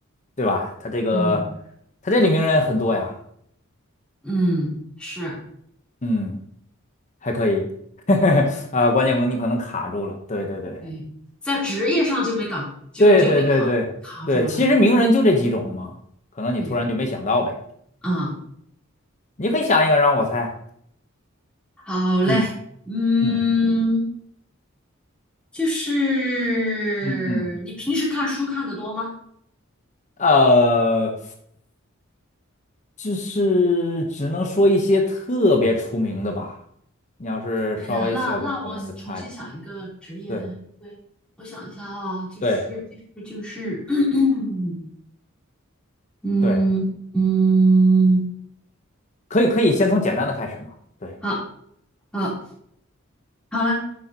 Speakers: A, on the left; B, in the centre.
A: 对吧？他这个
B: 嗯
A: 他这里名人很多呀，
B: 嗯，是，
A: 嗯，还可以，<laughs> 啊，关键你可能卡住了，对对对
B: 对，在职业上就没搞，就就被卡卡住了，
A: 对对对对对，其实名人就这几种嘛，可能你突然就没想到呗。
B: 对，啊，
A: 你可以想一个让我猜啊。
B: 好嘞，
A: 嗯
B: 嗯，
A: 嗯
B: 就是你平时看书看得多吗？
A: 嗯嗯，呃，就是只能说一些特别出名的吧。你要是稍微小众，
B: 哎呀，那那我重新想一个职业的，
A: 可能就差一点。对
B: 因为我想一下啊，就是就是就是。
A: 对
B: <clears throat> 嗯嗯，
A: 对，可以可以，先从简单的开始嘛。对
B: 好好好了，